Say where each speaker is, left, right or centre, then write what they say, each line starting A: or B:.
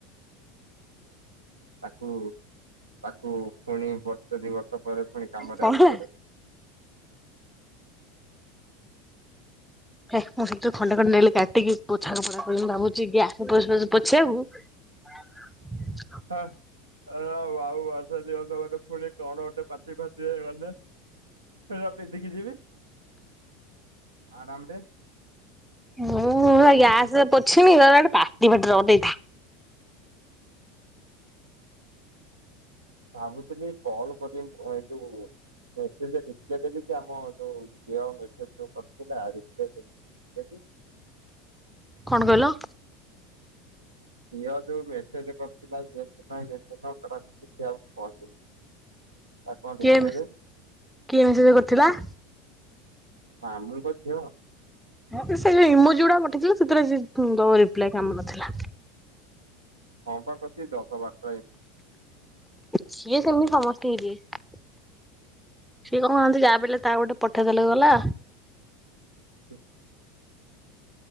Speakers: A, on the right; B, in the centre.
A: ତାକୁ ତାକୁ ପୁଣି ବର୍ଷେ ଦି ବର୍ଷ ପରେ ପୁଣି କାମରେ
B: କଣ
A: ଆସିପାରେ।
B: ହେଲା? ହେଁ ମୁଁ ସେଥିରେ ଖଣ୍ଡେ ଖଣ୍ଡେ ନଲି କାଟିକି ପୋଛକୁ ପା ମୁଁ ଭାବୁଛି ଗ୍ୟାସ ପ ପ ପୋଛେଇିବାକୁ ।
A: ହେ ଏ ଆଉ ମାସେ ଦିମାସେ ଗନେ ଫୁଣି କଣ ଗୋଟେ ପାଟି ଫାଟି ହେଇଗନେ ହେରା ପିନ୍ଧିକି ଯିବି। ଆରାମରେ।
B: ମୁଁ ଏଆ ଗ୍ୟାସରେ
A: ତାକୁ
B: ପୋଛିମି କହିଲା ଗୋଟେ ପାଟି ଫାଟରେ ଅନ୍ ନେଇଥା
A: ଭାବୁଥୁଲି କଲ କରିମି ଏ ଯୋଉ ମେସେଜେ ରିଫ୍ରେସେ ଟିକେ ଆମ ଯୋଉ ଝିଅ ମେସେଜ ଯୋଉ କରିଥିଲା ରିଫ୍ରେସେ <unintelligible>
B: କଣ କହିଲ?
A: ଝିଅ ଯୋଉ ମେସ୍ ସେମତି କରିଥିଲା। <unintelligible> <inaudible> ମୁଁ କହିନି। ତାକୁ କଣ ରିପ୍ଲାଏ
B: କିଏ
A: ଦେବି
B: କିଏ ମେସେଜେ କରିଥିଲା?
A: ମାମୁଁଙ୍କ ଝିଅ।
B: ହେ ତ ସେ ଯୋଉ ଇମୋଜିଗୁଡାକ ପଠେଇଥିଲା ସେଥିରେ ସେ ଦବ ରିପ୍ଲାଏ କାମ ନଥିଲା।
A: ହଁ ପା କସିକି ଦଶ ବାର
B: ସିଏ କେମିତି ସମସ୍ତିକି ଦିଏ? ସିଏ କଣ କନ୍ତିକି ଯାପିଲେ ତା ଗୋଟେ ପଠେଇଦେଲେ ଗଲା।
A: ହୁଁ